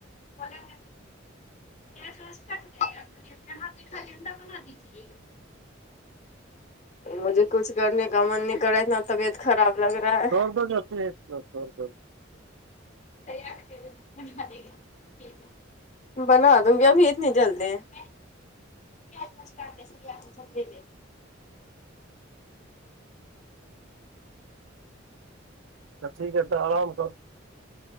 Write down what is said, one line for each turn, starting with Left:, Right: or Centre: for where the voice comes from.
Left: ह पेस कट दे अपने हाथेठा लेडा बना दीजिए मुझे कुछ करने का मन नहि कर रहा इतना <unintelligible> खराब लग रहा है
Right: दौड़ दौड़ ओतैय जो दौड़
Left: भैयाके देबैय लेलऽ उहा गेलिए बना दूंगी अभी इतनी जल्दी <unintelligible> प्याज घिसका के
Right: अच्छी करता आराम।